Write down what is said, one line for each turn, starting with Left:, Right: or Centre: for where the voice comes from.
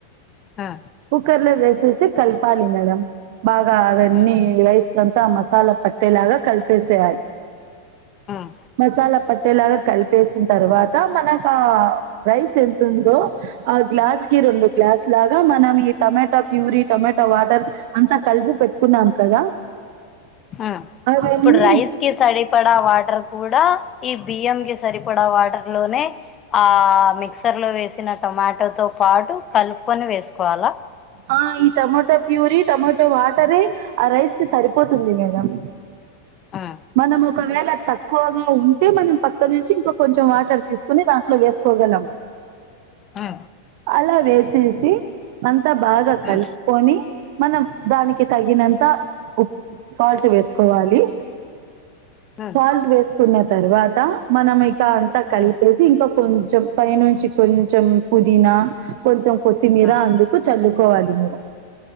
Left: ఆ
Right: కుకర్లో వేసేసి కల్పాలి మేడం బాగా అవన్నీ
Left: ఆ
Right: రైస్లంతా మసాలా పట్టేలాగా కలిపేసేయాలి
Left: ఆ
Right: మసాలా పట్టేలాగా కలిపేసిన తర్వాత మనక్ రైస్ ఎంత ఉందో ఆ గ్లాస్ కి రెండు గ్లాస్ లాగా మనం ఈ టమాటా ప్యూరీ టమటా వాటర్ అంతా కలిపి పెట్టుకున్నాము కదా
Left: హా
Right: అవన్నీ
Left: ఇప్పుడు రైస్ కి సరిపడా వాటర్ కూడా ఈ బియ్యం కి సరిపడా వాటర్ లోనే ఆ మిక్సర్ లో వేసిన టొమాటోతో పాటు కలుపుకొని వేసుకోవాలా
Right: ఆ ఈ టమాటో ప్యూరీ టమోటో వాటరే ఆ రైస్ కి సరిపోతుంది మేడం
Left: ఆ
Right: మనం ఒకవేళ తక్ క్కువగా ఉంటే మనం పక్క నుంచి ఇంకా కొంచెం వాటర్ తీసుకుని దాంట్లో వేసుకోగలం
Left: ఆ
Right: అలా వేసేసి అంతా బాగా కలుపుకొని
Left: ఆ ఆ
Right: మనం దానికి తగినంత ఉ సాల్ట్ వేసుకోవాలి
Left: ఆ ఆ
Right: సాల్ట్ వేసుకున్న తర్వాత మనం ఇక అంతా కలిపేసి
Left: ఆ
Right: ఇంకా కొ కొంచెం పై నుంచి కొంచెం పుదీనా కొంచెం కొత్తిమీర
Left: ఆ
Right: అందుకు చలుకోవాలి మేడం